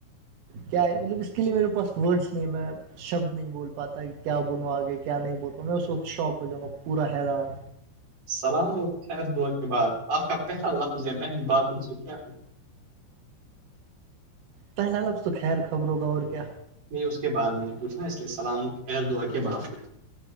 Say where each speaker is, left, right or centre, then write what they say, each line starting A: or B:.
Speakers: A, on the right; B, on the right.
A: کیا ہے مطلب اس کے لیے میرے پاس ورڈس نہیں ہے میں شبد نہیں بول پاتا کہ کیا بولوں آگے کیا نہیں بولتاوں میں اس وقت شوق ہو جاؤںا پورا حیران
B: سلام اور خیر دع کے بعد آپ کا پہتلا لفظ ہے پہلی بات ان سے کیا ہو
A: پہنال اب تو خیر خبرو کا اور کیا
B: نہیں اس کے بعد میں نے پوچھ نا اسے السلام خیر دعا کے بعد